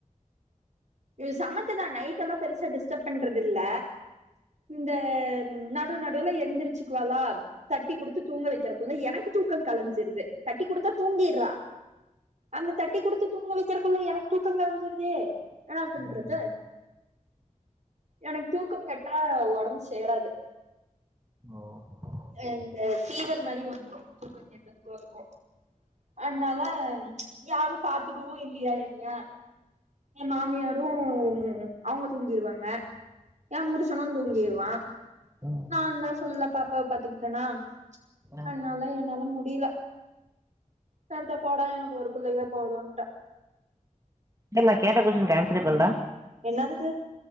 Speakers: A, on the right (about 60°); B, on the right (about 25°).
A: இவ சமத்துதா நைடெல்லா பெருசா டிஸ்டர்ப் பண்றது இல்ல இந்த நடு நடுவூல எந்திரிச்சுக்குவாலா தட்டி குடுத்து தூங்க வெக்கறத் எனக்கு தூக்கம் கலைஞ்சிருது தட்டி குடுத்தா தூங்கிறா அந்த தட்டி குடுத்து தூங்க வைக்கிறக்குள்ள எனக்கு தூக்கோ கலைஞ்சிருதோ என்னா பன்றது
B: ம்,
A: எனக் தூக்கம் கெட்டா ஒடம்பு சேராது
B: ஓ ஒ
A: இந்த ஃபீவர் மாரி வந்துரூ தூக்கம் கெட்டு போறத்துக்கூ அந்னால யாரூ பாத்துக்கவூ இல்லியா என்னிய்யா என் மாமியாரூ அவங்க தூங்கிருவாங்க ஏ புருசணூ தூங்கிடுவா
B: ம்,
A: நா தா ஃபுல்லா பாப்பாவ பாத்துக்கிட்டேனா
B: ஆ.
A: அன்னால என்னால முடில சர்தா போடா எனக்கு ஒரு புள்ளேயே போதுன்ட்டே
B: செர் நா கேட்ட கொஸ்ஸினுக்கு ஆன்சரே பண்ல
A: என்னாதித்து